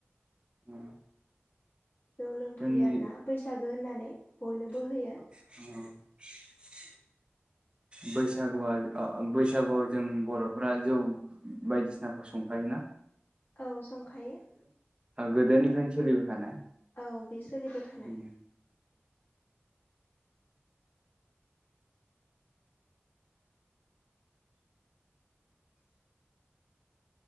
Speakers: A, on the right; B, on the left.
A: <inaudible>
B: जौ लोंफैयो
A: जोंनि
B: आरोना बैसागो होननानै बयनोबो
A: <unintelligible>
B: होयो <inaudible>
A: बैसागुआ ओ बैसागुआव जों बर'फोरा जौ बायदिसिनाखौ संखायोना
B: औ संखायो
A: गोदोनिफ्राय सोलिबोखानाय
B: औ बे सोलिबोखानाय
A: औ